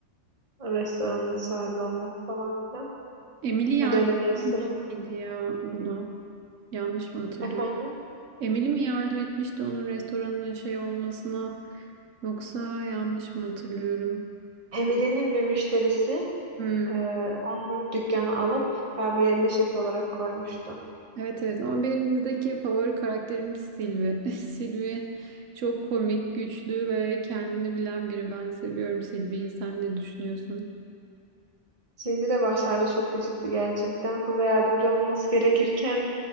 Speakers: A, on the right (about 30°); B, on the right (about 85°).
A: Restoranın sahibi olmak falan filan.
B: Emily yardım
A: Ya da öyle bir restoranda.
B: etmişti ya buna. Yanlış mı hatırlıyorum?
A: Efendim?
B: Emily mi yardım etmişti onun restoranın şey olmasına? Yoksa yanlış mı hatırlıyorum?
A: Emily'nin bir müşterisi
B: Hmm.
A: Ee, onun dükkanı alıp Gabriel'e şef olarak koymuştu.
B: Evet evet ama benim dizideki favori karakterim Sylvie. <laughs> Sylvie çok komik, güçlü ve kendini bilen biri. Ben seviyorum Sylvie'yi. Sen ne düşünüyorsun?
A: Sylvie de başlarda çok gıcıktı gerçekten. Kıza yardımcı olması gerekirken